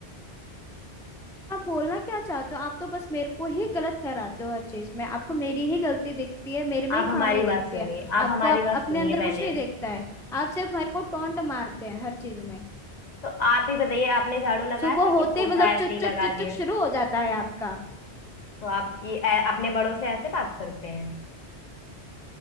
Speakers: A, in the centre; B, on the left (about 45°).
A: तो आप बोलना क्या चाहते हो आप तो बस मेरे को ही गलत ठहराते हो हर चीज में आपको मेरी ही गलती दिखती है मेरे में
B: आप
A: ही
B: हमारी
A: खामियां
B: बात
A: दिखती
B: सुनिए
A: है
B: आप
A: आपको
B: हमारी
A: आप
B: बात
A: अपने
B: सुनिए
A: अंदर
B: पहले
A: कुछ नहीं दिखता है आप सिर्फ मेरे को टोंट मारते हैं हर चीज में
B: तो आप ही बताइए आपने झाड़ू लगाया
A: सुबह
B: था
A: होते
B: कि पोछा
A: ही मतलब
B: ऐसे
A: चुक
B: ही लगा
A: चुक चुक
B: दिया
A: चुक शुरू हो जाता है आपका
B: तो आप ये ऐ- अपने बड़ों से ऐसे बात करते हैं